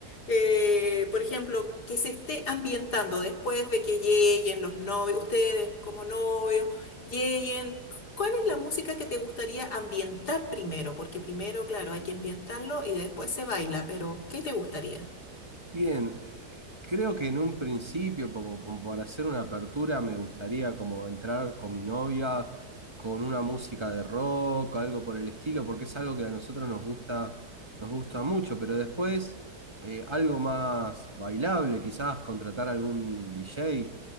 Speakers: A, on the left; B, on the right.
A: eh, por ejemplo, que se esté ambientando después de que lleguen los novios, ustedes como novios, lleguen. ¿Cuál es la música que te gustaría ambientar primero? Porque primero, claro, hay que ambientarlo y después se baila, pero ¿qué te gustaría?
B: Bien, eh, creo que en un principio, como, como para hacer una apertura, me gustaría como entrar con mi novia, con una música de rock, algo por el estilo, porque es algo que a nosotros nos gusta, nos gusta mucho, pero después eh, algo más bailable, quizás contratar algún DJ,